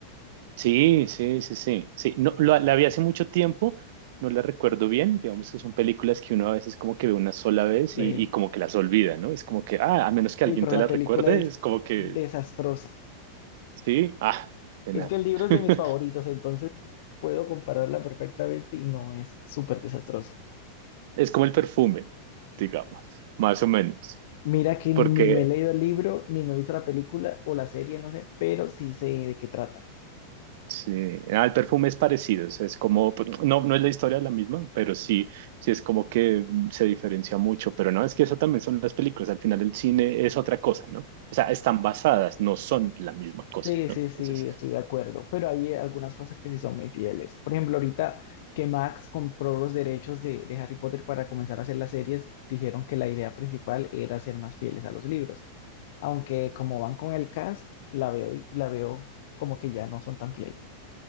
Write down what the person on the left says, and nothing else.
Sí,
sí,
pero
la
película
es
desastrosa.
Es
que el libro
es de mis favoritos, entonces puedo compararla perfectamente y no es súper desastrosa.
Mira que
ni me he leído el libro, ni me he visto la película o la serie, no sé, pero sí sé de qué trata.
Sí,
sí,
sí, estoy de acuerdo, pero hay algunas cosas que sí son muy fieles. Por ejemplo, ahorita que Max compró los derechos de, de Harry Potter para comenzar a hacer las series, dijeron que la idea principal era ser más fieles a los libros. Aunque como van con el cast, la veo, la veo como que ya no son tan fieles.